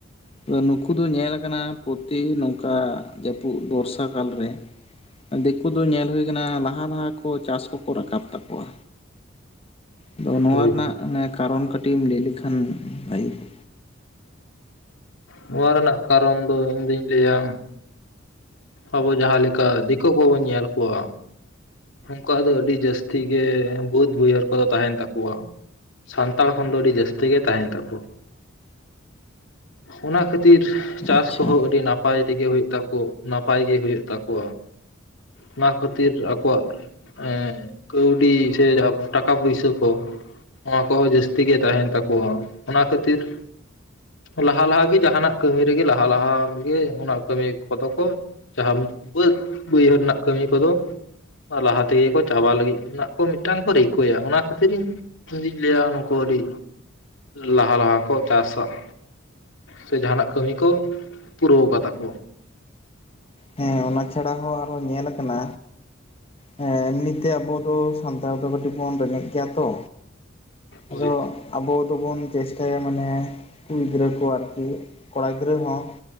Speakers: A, on the left; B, on the left.
A: ᱟᱫᱚ ᱱᱩᱠᱩ ᱫᱚ ᱧᱮᱞ ᱟᱠᱟᱱᱟ ᱯᱨᱚᱛᱤ ᱱᱚᱝᱠᱟ ᱡᱟᱹᱯᱩᱫ ᱵᱚᱨᱥᱟ ᱠᱟᱞ ᱨᱮ᱾ ᱫᱤᱠᱩ ᱫᱚ ᱧᱮᱞ ᱦᱩᱭ ᱟᱠᱟᱱᱟ ᱞᱟᱦᱟ ᱞᱟᱦᱟ ᱠᱚ ᱪᱟᱥ ᱠᱚᱠᱚ ᱨᱟᱠᱟᱵ ᱛᱟᱠᱚᱣᱟ᱾ ᱟᱫᱚ ᱱᱚᱣᱟ
B: ᱦᱳᱭ
A: ᱨᱮᱱᱟᱜ
B: ᱦᱳᱭ
A: ᱠᱟᱨᱚᱱ ᱠᱟᱹᱴᱤᱡ ᱮᱢ ᱞᱟᱹᱭ ᱞᱮᱠᱷᱟᱱ ᱵᱷᱟᱭᱮ ᱠᱚᱼᱼ
B: ᱱᱚᱣᱟ ᱨᱮᱱᱟᱜ ᱠᱟᱨᱚᱱ ᱫᱚ ᱤᱧᱫᱩᱧ ᱞᱟᱹᱭᱟ᱾ ᱟᱵᱚ ᱡᱟᱦᱟᱸ ᱞᱮᱠᱟ ᱫᱤᱠᱩ ᱠᱚᱵᱚᱱ ᱧᱮᱞ ᱠᱚᱣᱟ᱾ ᱩᱱᱠᱩᱣᱟᱜ ᱫᱚ ᱟᱹᱰᱤ ᱡᱟᱹᱥᱛᱤ ᱜᱮ ᱵᱟᱹᱫᱽ ᱵᱟᱹᱭᱦᱟᱹᱨ ᱠᱚᱫᱚ ᱛᱟᱦᱮᱸᱱ ᱛᱟᱠᱚᱣᱟ ᱾ ᱥᱟᱱᱛᱟᱲ ᱠᱷᱚᱱ ᱫᱚ ᱟᱹᱰᱤ ᱡᱟᱹᱥᱛᱤ ᱜᱮ ᱛᱟᱦᱮᱱ ᱛᱟᱠᱚ᱾ ᱚᱱᱟ ᱠᱷᱟᱹᱛᱤᱨ ᱪᱟᱥ
A: ᱟᱪᱪᱷᱟ
B: ᱠᱚᱦᱚᱸ ᱟᱹᱰᱤ ᱱᱟᱼᱼ ᱱᱟᱯᱟᱭ ᱛᱮᱜᱮ ᱦᱩᱭᱩᱜ ᱛᱟᱠᱚ ᱱᱟᱯᱟᱭ ᱜᱮ ᱦᱩᱭᱩᱜ ᱛᱟᱠᱚᱣᱟ ᱚᱱᱟ ᱠᱷᱟᱹᱛᱤᱨ ᱟᱠᱚᱣᱟᱜ- ᱮᱸ ᱠᱟᱹᱣᱰᱤ ᱥᱮ ᱴᱟᱠᱟ ᱯᱩᱭᱥᱟᱹ ᱠᱚ ᱾ ᱱᱚᱣᱟ ᱠᱚᱦᱚᱸ ᱡᱟᱹᱥᱛᱤ ᱜᱮ ᱛᱟᱦᱮᱱ ᱛᱟᱠᱚᱣᱟ ᱚᱱᱟ ᱠᱷᱟᱹᱛᱤᱨ- ᱞᱟᱦᱟ ᱞᱟᱦᱟᱜᱮ ᱡᱟᱦᱟᱸᱟᱱᱟᱜ ᱠᱟᱹᱢᱤ ᱨᱮᱜᱮ ᱞᱟᱦᱟ ᱞᱟᱦᱟᱜᱮ ᱚᱱᱟ ᱠᱟᱹᱢᱤ ᱠᱚᱫᱚ ᱠᱚ- ᱡᱟᱦᱟᱸ ᱵᱟᱹᱫᱽ ᱵᱟᱹᱭᱦᱟᱹᱲ ᱨᱮᱱᱟᱜ ᱠᱟᱹᱢᱤ ᱠᱚᱫᱚ- ᱞᱟᱦᱟ ᱛᱮᱜᱮ ᱠᱚ ᱪᱟᱵᱟ ᱞᱟᱹᱜᱤᱫ ᱨᱮᱱᱟᱜ ᱠᱚ ᱢᱤᱫᱴᱟᱝ ᱠᱚ ᱨᱤᱠᱟᱹᱭᱟ ᱚᱱᱟ ᱠᱷᱟᱹᱛᱤᱨ ᱤᱧ- ᱡᱩᱫᱤᱧ ᱞᱟᱹᱭ ᱟ ᱱᱩᱠᱩ ᱟᱹᱰᱤ ᱞᱟᱦᱟ ᱞᱟᱦᱟ ᱠᱚ ᱪᱟᱥᱟ ᱾ ᱥᱮ ᱡᱟᱦᱟᱱᱟᱜ ᱠᱟᱹᱢᱤ ᱠᱚ ᱯᱩᱨᱟᱹᱣ ᱠᱟᱫᱟ ᱠᱚ᱾
A: ᱦᱮᱸ ᱚᱱᱟ ᱪᱷᱟᱲᱟ ᱦᱚᱸ ᱟᱨᱚ ᱧᱮᱞ ᱟᱠᱟᱱᱟ᱾ ᱦᱮᱸ ᱮᱢᱱᱤᱛᱮ ᱟᱵᱚ ᱫᱚ ᱥᱟᱱᱛᱟᱲ ᱫᱚ ᱠᱟᱹᱴᱤᱡ ᱵᱚᱱ ᱨᱮᱸᱜᱮᱡ ᱜᱮᱭᱟ ᱛᱚ ᱟᱫᱚ-
B: ᱦᱳᱭ
A: ᱟᱵᱚ ᱫᱚᱵᱚᱱ ᱪᱮᱥᱴᱟᱭᱟ ᱢᱟᱱᱮ ᱠᱩᱲᱤ ᱜᱤᱫᱽᱨᱟᱹ ᱠᱚ ᱟᱨᱠᱤ ᱠᱚᱲᱟ ᱜᱤᱫᱽᱨᱟᱹ ᱦᱚᱸ᱾